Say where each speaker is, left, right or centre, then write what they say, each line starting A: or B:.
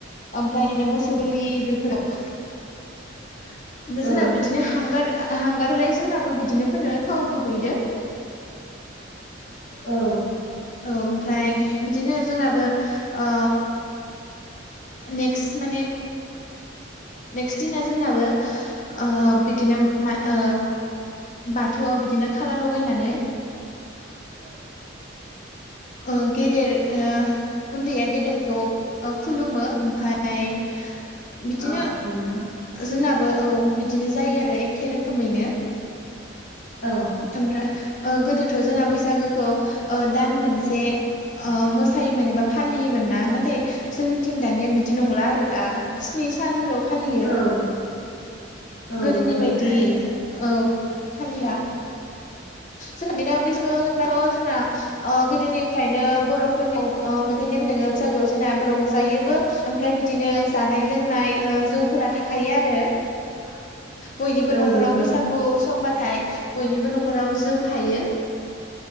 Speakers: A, on the left; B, on the left.
A: ओमफ्राय बिदिनो मोस सौ गलि बेफोराव ओमफ्राय
B: औ
A: जोंना बिदिनो हांगार हांगारलाय जोंनाबो बिदिनो फोनो थाव गुबैदो।
B: औ
A: औ ओमफ्राय बिदिनो जोंनाबो ओ नेकस्ट माने नेकस्ट दिना जोंनाबो ओ बिदिनो मा ओ बाथौआव बिदिनो खाला लगायनानै
B: <inaudible>
A: ओ गेदेर ओ उन्दैया गेदेरखौ ओ खुलुमो ओमफाय बिदिनो
B: औ नोंथां।
A: जोंनाबो औ बिदि बिदिनो जायो आरो एखे रोखोमैनो
B: औ
A: ओमफ्राय गोदोथ' जोंना बैसागोखौ दान मोनसे एसे मोसायोमोन एबा फालियोमोन ना नाथाय जोंनिथिं दानिया बिदि नंला आरो ना। सिनि सान ल फालियो
B: औ औ
A: गोदोनि
B: नंगौ
A: बायदि
B: थारैनो
A: औ फालिला
B: <inaudible>
A: जों बिनो बैसागु होनबाथ' जोंना गोदोनिफ्रायनो बर'फोरनियाव मोनसे नेम दंङो। बैसागुआव जोंना रंजायोबो ओमफ्राय बिदिनो जानाय लोंनाय जौफोरा थाखायो आरो।
B: <inaudible>
A: बयनिबो
B: औ
A: न'खराव
B: नंगौ
A: बैसागु समबाथाय बयनिबो नखर नखराव जौ थायो।